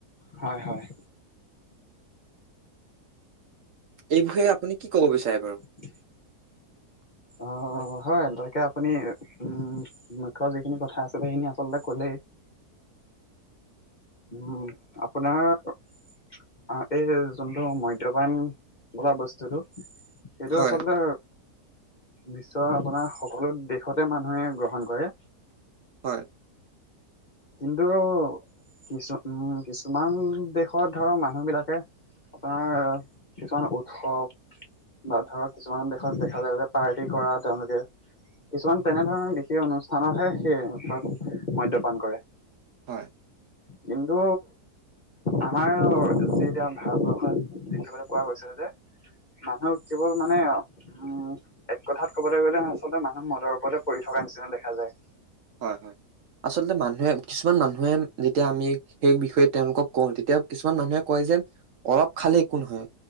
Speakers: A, on the left; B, on the right.
A: হয় হয়
B: এই বিষয়ে আপুনি কি ক'ব বিচাৰে বাৰু
A: <unintelligible> অ', হয় তাকে আপুনি উম, মুখ্য যিখিনি কথা আছিলে সেইখিনি আচলতে ক'লেই। উম, আপোনাৰ অ এই যোনটো মদ্যপাণ বোলা বস্তুটো সেইটো
B: হয়
A: আচলতে বিশ্বৰ আপোনাৰ সকলো দেশতে মানুহে গ্ৰহণ কৰে।
B: হয়।
A: কিন্তু কিছু উম কিছুমান দেশত ধৰ মানুহ বিলাকে আপোনাৰ কিছুমান উৎসৱ বা ধৰক কিছুমান দেশত দেখা যায় যে পাৰ্টি কৰা তেওঁলোকে কিছুমান তেনেধৰণৰ বিশেষ অনুষ্ঠানতহে সেই ধৰ মদ্যপান কৰে।
B: হয়।
A: কিন্তু আমাৰ যি এতিয়া ভাৰতবৰ্ষত দেখিবলৈ পোৱা গৈছে। মানুহ কেবল মানে উম', এক কথাত ক'বলৈ গ'লে আচলতে মানুহ মদৰ ওপৰতে পৰি থকা নিচিনা দেখা যায়।
B: হয়-, হয়, আচলতে মানুহে কিছুমান মানুহে যেতিয়া আমি সেই বিষয়ে তেওঁলোকক কওঁ তেতিয়া কিছুমান মানুহে কয় যে- অলপ খালে একো নহয়।